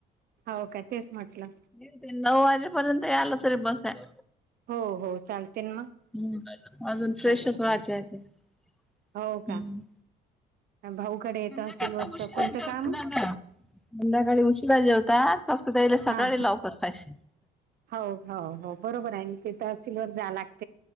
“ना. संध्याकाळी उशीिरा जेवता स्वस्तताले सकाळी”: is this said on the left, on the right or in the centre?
Centre